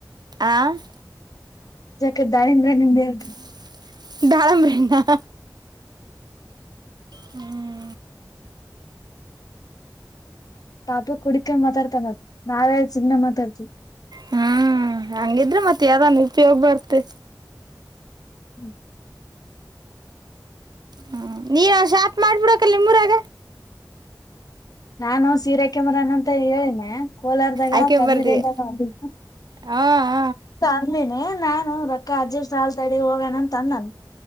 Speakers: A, on the right; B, on the left.
A: ಆ <inaudible>
B: ಯಾಕೆ ದಾಳಿಬ್ರೇಣ್ಣು ಏಳ್ತಾ <unintelligible>
A: <inaudible> ದಾಳಿಂಬ್ರೆನ್ನು <inaudible> ಹ್ಮ
B: ತಾಪ ಕುಡಕೊಂಡ ಮಾತಾಡ್ತಾನ ನಾವೇ ಸುಮ್ನೆ ಮಾತಾಡ್ತಿವಿ.
A: ಹ್ಮ್ ಹಂಗಿದ್ರೆ ಮತ್ತೆ ಯಾವ್ದನ್ ಉಪಯೋಗ ಬರ್ತ್ತೆ
B: ಹ್ಮ್ <inaudible>
A: ಹ್ಮ್ ನೀನ್ ಶಾರ್ಟ್ ಮಾಡ್ಬಿಡಕ ನಿಮ್ಮೂರಾಗ
B: ನಾನು ಸೀರೆ ಅಕೆಮರನ ಅಂತ ಹೇಳಿನೆ ಕೋಲಾರದಾಗ
A: ಆಕೆ
B: ಕಮ್ಮಿ
A: ಬರ್ತೀವಿ
B: ರೇಟ್ ಅದ್ವ <unintelligible>
A: ಹಾ ಹ
B: ತಂದಿನಿ ನಾನು ರೊಕ್ಕ ಅಜೇಷ್ಟು ಆಗ್ಲಿ ತಡೆ ಹೋಗಣ ತಂದಾನ